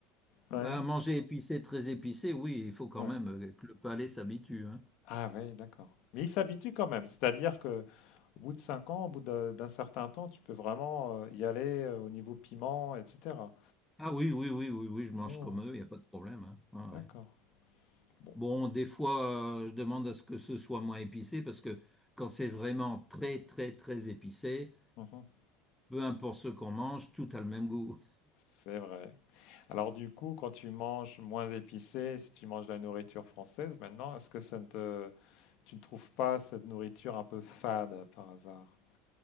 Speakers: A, on the left; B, in the centre.
A: Ouais,
B: Bah, manger épicé, très épicé, oui, il faut quand
A: ouais.
B: même euh, que le palais s'habitue. hein.
A: Ah ouais, d'accord. Mais ils s'habituent quand même, c'est-à-dire que au bout de 5 ans, au bout de d'un certain temps, tu peux vraiment, heu, y aller, heu, au niveau piment et cetera?
B: Ah oui, oui, oui, oui, oui, je mange
A: Oh,
B: comme eux, il n'y a pas de problème. hein. Ouais,
A: d'accord.
B: ouais.
A: Bon.
B: Bon, des fois, euh, je demande à ce que ce soit moins épicé parce que quand c'est vraiment très, très, très épicé,
A: Mmh
B: peu importe ce qu'on mange, tout a le même goût.
A: C'est vrai. Alors du coup, quand tu manges moins épicé, si tu manges de la nourriture française maintenant, est-ce que ça ne te tu ne trouves pas cette nourriture un peu fade, par hasard?